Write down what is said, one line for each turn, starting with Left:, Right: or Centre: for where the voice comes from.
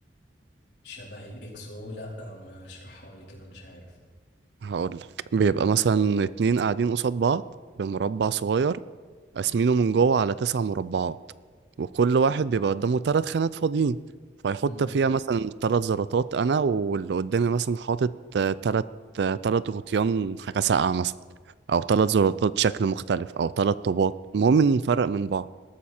Left: شبه الإكس أو لأ ما اشرحها لي كده مش عارف
Right: هقول لك بيبقى مثلا اتنين قاعدين قصاد بعض بمربع صغير قاسمينه من جوه على تسع مربعات وكل واحد بيبقى قدامه تلات خانات فاضيين فيحط
Left: امم
Right: فيها مثلا تلات زراطات انا واللي قدامي مثلا حاطط آه، تلات آه، تلات غطيان حاجة ساقعة مثلا او تلات زراطات شكل مختلف او تلات طوبات المهم إن نفرق من بعض